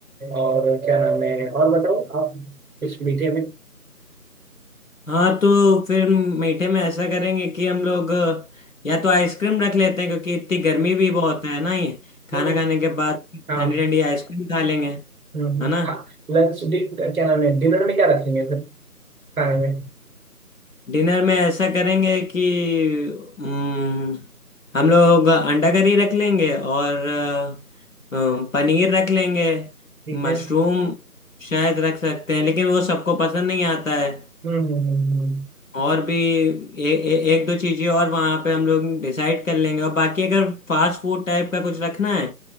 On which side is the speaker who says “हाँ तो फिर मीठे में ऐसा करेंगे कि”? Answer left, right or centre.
Left